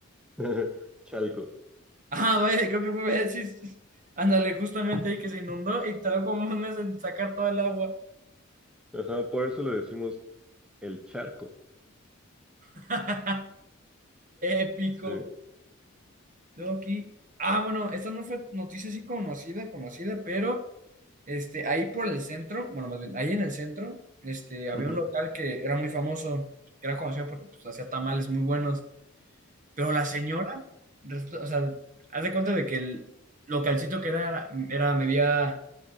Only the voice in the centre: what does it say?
<laughs> Chalco.
Ajá, por eso le decimos el charco.
Sí.
Ujú,